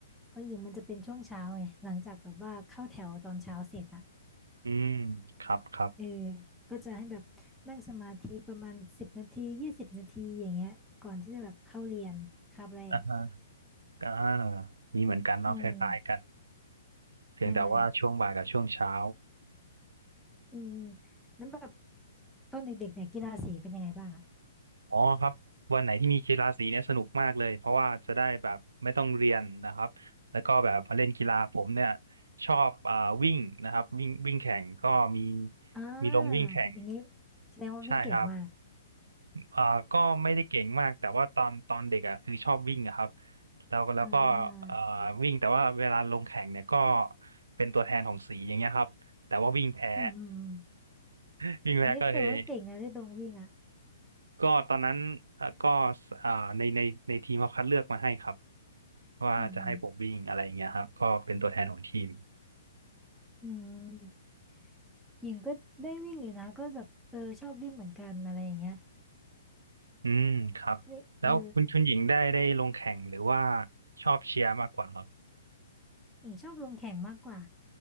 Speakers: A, in the centre; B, on the right.
A: ของหญิงมันจะเป็นช่วงเช้าไงหลังจากแบบว่าเข้าแถวตอนเช้าเสร็จอ่ะ
B: อืมครับครับ
A: เออก็จะให้แบบนั่งสมาธิประมาณสิบนาทียี่สิบนาทีอย่างเงี้ยก่อนที่จะแบบเข้าเรียนคาบแรก
B: อ่าฮะอ่ามีเหมือนกันเนาะคล้ายๆกัน
A: อืม
B: เพียงแต่ว่าช่วงบ่ายกับช่วงเช้า
A: ใช่อืมแล้วแบบตอนเด็กๆเนี่ยกีฬาสีเป็นยังไงบ้างอ่ะ
B: อ๋อครับ วันไหนที่มีกีฬาสีเนี่ยสนุกมากเลย เพราะว่าจะได้แบบไม่ต้องเรียนนะครับ แล้วก็แบบมาเล่นกีฬาผมเนี่ยชอบอ่าวิ่งนะครับ วิ่งวิ่งแข่งก็มี
A: อ่า
B: มีลงวิ่งแข่ง
A: อย่างงี้แสดงว่าวิ่งเก่งมาก
B: ใช่ครับ อ่าก็ไม่ได้เก่งมากแต่ว่าตอนตอนเด็กอ่ะคือชอบวิ่งอะครับแล้วก็แล้วก็อ่าวิ่งแต่ว่าเวลาลงแข่งเนี่ยก็
A: อ่า
B: เป็นตัวแทนของสีอย่างเงี้ยครับแต่ว่าวิ่งแพ้
A: อืมอืมอืม
B: <laughs> วิ่งแพ้ก็เลย
A: เฮ้ยแต่ว่าเก่งนะที่ตรงวิ่งอ่ะ
B: ก็ตอนนั้นเอ่อก็อ่าในในในทีมเขาคัดเลือกมาให้ครับว่าจะให้ผมวิ่งอะไรอย่างเงี้ยครับก็เป็นตัวแทนของทีม
A: อืมอืมอืมหญิงก็ได้วิ่งอยู่นะก็แบบเออชอบวิ่งเหมือนกันอะไรอย่างเงี้ย
B: อืมครับแล้วคุณชุนหญิงได้ได้ลงแข่งหรือว่า
A: เวเออ
B: ชอบเชียร์มากกว่าครับ
A: หญิงชอบลงแข่งมากกว่า